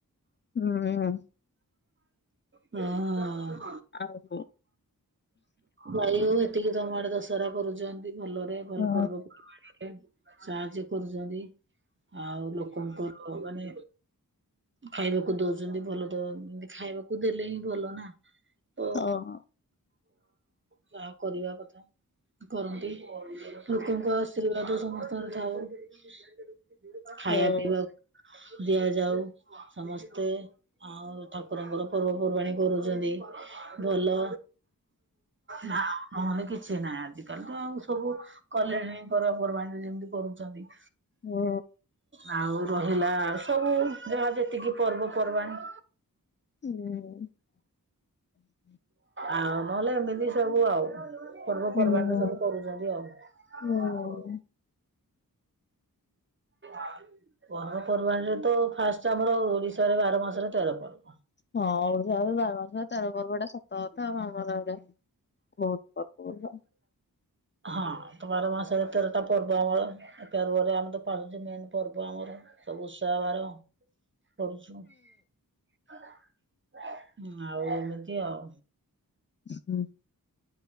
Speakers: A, on the left; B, on the right.
A: ହୁଁ।
B: ହଁ।
A: ଆଉ ହୋ
B: ଯାଇ ହଉ ଏତିକି ତମ ଆଡେ ଦଶହରା କରୁଛନ୍ତି ଭଲରେ ଭଲ
A: ହଁ
B: ପର୍ବପର୍ବାଣିରେ ସାହାଯ୍ୟ କରୁଛନ୍ତି ଆଉ ଲୋକଙ୍କର ମାନେ ଖାଇବାକୁ ଦଉଛନ୍ତି ଭଲ ଦ ଖାଇବାକୁ ଦେଲେ ହିଁ ଭଲ ନା ତ
A: ଓହୋ।
B: ଯାହା କରିବା କଥା କରନ୍ତି। ଲୋକଙ୍କ ଆଶୀର୍ବାଦ ସମସ୍ତଙ୍କ ଥାଉ ଖାଇବା
A: ହଁ।
B: ପିଇବାକୁ ଦିଆଯାଉ ସମସ୍ତେ ଆଉ ଠାକୁରଙ୍କର ପର୍ବପର୍ବାଣୀ କରୁଛନ୍ତି । ଭଲ ନା ନହେଲେ କିଛି କିଛି ନାହିଁ ଆଜିକାଲି ତ ଆଉ ସବୁ କଲେଣି ପର୍ବାପର୍ବାଣୀରେ ଯେମିତି କରୁଚନ୍ତି ।
A: ହୁଁ।
B: ଆଉ ରହିଲା ସବୁ ଯାହା ଯେତିକି ପର୍ବପର୍ବାଣି
A: ହୁଁ।
B: ଆଉ ନହେଲେ ଏମିତି ସବୁ ଆଉ। ପର୍ବପର୍ବାଣିରେ
A: ହୁଁ ହୁଁ
B: ସବୁ କରୁଚନ୍ତି ଆଉ।
A: ହଁ
B: <inaudible> ପର୍ବପର୍ବାଣିରେ ତ ଫାଷ୍ଟ ଆମର ଓଡିଶାରେ ବାର ମାସରେ ତେର ପର୍ବ
A: ହଁ ଓଡିଶା ବାର ମାସ ତାର ପର୍ବଟେ ସତ କଥା ଆବ ଆମର ଏଇଟେ ବହୁତ <unintelligible>
B: ହଁ ତ ବାର ମାସରେ ତେରଟା ପର୍ବ ଆମର ଏ ପର୍ବରେ ଆମେ ତ ପାଳୁଛେ ମେନ ପର୍ବ ଆମର ସବୁ ଓଷା ବାର କରୁଛୁ । ଆଉ ଏମିତି ଆଉ
A: ହୁଁ।